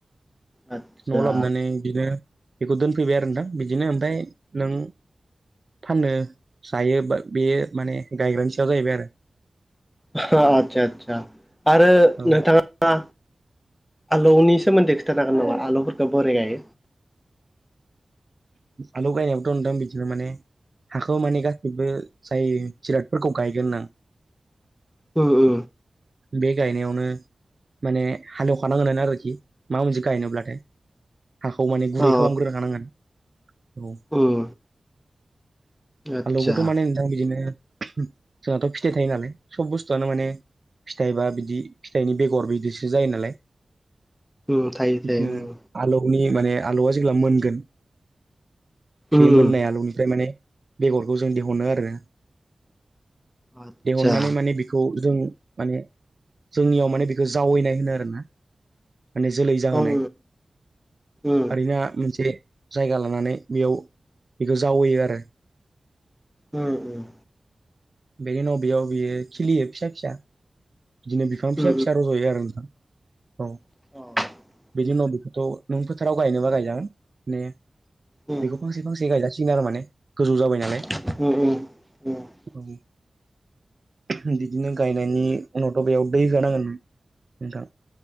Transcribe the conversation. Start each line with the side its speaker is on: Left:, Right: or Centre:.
Centre: आदसा
Right: न'आव लाबोनानै बिदिनो बेखौ दोनफैबाय आरो नोंथां बिदिनो ओमफ्राय नों फाननो जायो बा बेयो माने गायग्रानि सायाव जायैबाय आरो
Centre: अहा आदसा आदसा आरो
Right: औ
Centre: नोंथाङा आलौनि सोमोन्दै खिथानो हागोन नामा आलौफोरखौ बोरै गायो?
Right: आलौ गायनायाबोथ' नोंथां बिदिनो माने हाखौ माने गासैबो जाय जिरादफोरखौ गायगोन ना
Centre: ओ ओ
Right: बे गायनायावनो माने हालेवखानांगोनानो आरोखि माबा मोनसे गायनोब्लाथाय हाखौ माने गुरै
Centre: अ
Right: खालामग्रोखानांगोन‌ <unintelligible>
Centre: उम आदसा
Right: आलौखौथ' माने दा बिदिनो जोंहाथ' फिथाइ थायो नालाय सब बुस्थुआनो माने फिथाइ बा बिदि फिथाइनि बेगर बिदिसो जायो नालाय
Centre: उम थायो
Right: बिदिनो
Centre: थायो उम
Right: आलौनि माने आलौआ जेब्ला मोनगोन बे
Centre: उम
Right: मोननाय आलौनिफ्राय माने बेगरखौ जों दिहुनो आरो
Centre: आदसा
Right: दिहुननानै माने बि खौ जों माने जोंनियाव माने बेखौ जावैनाय होनो आरोना माने जोलै जाहोनाय
Centre: उम उम
Right: ओरैनो मोनसे जायगा लानानै बेयाव बेखौ जावैयो आरो
Centre: उम
Right: बेनि उनाव बेयाव बियो खिलियो फिसा फिसा बिदिनो बिफां फिसा
Centre: उम
Right: फिसा रज'यो आरो नोंथां औ
Centre: <unintelligible>
Right: बिनि उनाव बेखौथ' नों फोथाराव गायनोबा गायजागोन माने
Centre: उम
Right: बेखौ फांसे फांसे गायजासिगोन आरो माने गोजौ जाबाय नालाय
Centre: <unintelligible> उम उम
Right: औ बिदिनो गायनायनि उनावथ' बेयाव दै होनांगोन नोंथां